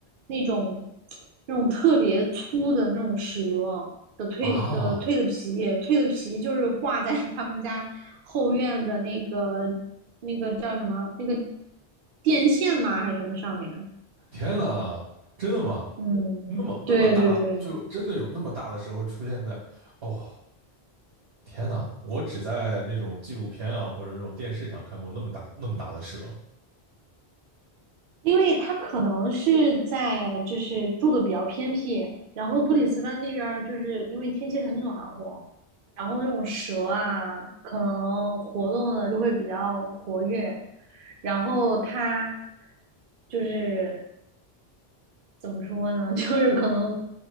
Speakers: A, on the right; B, on the right.
A: 那种那种特别粗的那种蛇的蜕的蜕的皮，
B: 啊！
A: 蜕的皮就是挂在 <laughs> 他们家后院的那个那个叫什么那个电线吗还是什么上面？
B: 天呐，真的吗？
A: 嗯，
B: 那么那么大，
A: 对对对，
B: 就真的有那么大的时候出现在，哦天哪！我只在那种纪录片啊或者那种电视上看过那么大那么大的蛇
A: 因为他可能是在就是住的比较偏僻，然后布里斯班那边儿就是因为天气很暖和，然后那种蛇啊，可能活动的就会比较活跃，然后它就是怎么说呢，<laughs> 就是可能